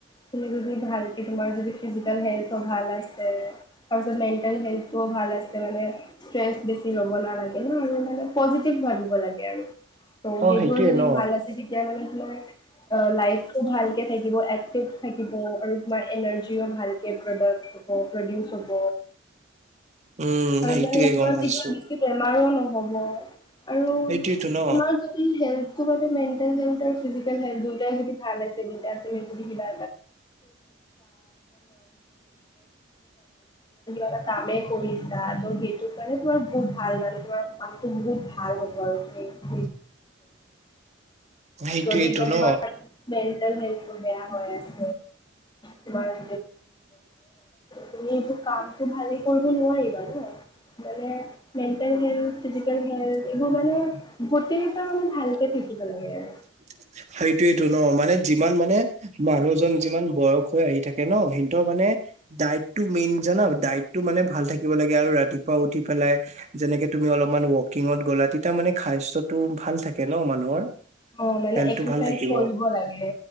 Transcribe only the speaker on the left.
তুমি যদি ভালকে তোমাৰ যদি ফিজিকেল হেল্থ ভাল আছে, তাৰপিছত মেন্টেল হেল্থটো ভাল আছে মানে ষ্টেচ বেছি ল'ব নালাগে ন আৰু মানে পজিটিভ ভাবিব লাগে। কে আৰু তোৰ
সেইবোৰ
যদি
ভাল আছে, তেতিয়া হ'লে তোমাৰ আহ লাইফ ভালকে থাকিব, এক্টিভ থাকিব আৰু তোমাৰ এনাৰ্জিও ভালকে প্ৰডাক্ট হ'ব প্ৰডিউচ হ'ব
আৰু
মানে তোমাৰ
তেতিয়া বেছি বেমাৰো নহয়। আৰু
তোমাৰ যদি হেল্থ টো যদি মেণ্টেল চেণ্টল ফিজিকেল হয় দুইটাই যদি <unintelligible> নহ'লে কিবা এটা কামে কৰি যাৰ সেইটো কাৰণে তোমাৰ বহুত ভাল মানে তোমাৰ মানতো বহুত ভাল। <unintelligible>
যদি এতিয়া
তোমাৰ মেণ্টেল হেল্থ টো বেয়া হৈ আছে। তোমাৰ <unintelligible> তুমি সেইটো কামতটো ভালে কৰিব নোৱাৰিবা ন। মানে মেণ্টেল হেল্থ, ফিজিকেল হেল্থ, এইবোৰ মানে গোটকেইটা মানে ভালকে থাকিব। কি পালেগে?
অ' মানে
এক্সচাইজ
কৰিব লাগে,